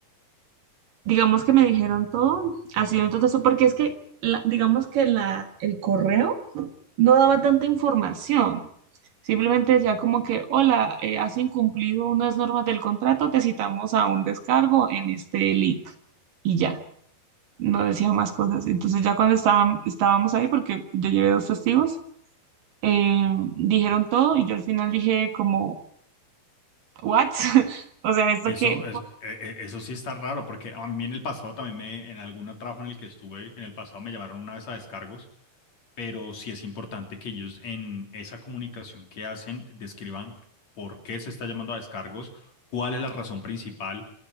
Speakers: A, on the right; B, on the left.
A: digamos que me dijeron todo, ha sido un totazo, porque es que, la- digamos que la, el correo no daba tanta información. Simplemente decía como que, hola, eh, has incumplido unas normas del contrato, te citamos a un descargo en este link. Y ya, no decía más cosas. Entonces ya cuando estaban, estábamos ahí, porque yo llevé dos testigos, eh, dijeron todo y yo al final dije como, ¿what? <laughs> O sea, esto
B: Eso,
A: que,
B: es, e- e- eso sí está raro, porque a mí en el pasado también me, en algún trabajo en el que estuve, en el pasado me llamaron una vez a descargos, pero sí es importante que ellos en esa comunicación que hacen describan por qué se está llamando a descargos, cuál es la razón principal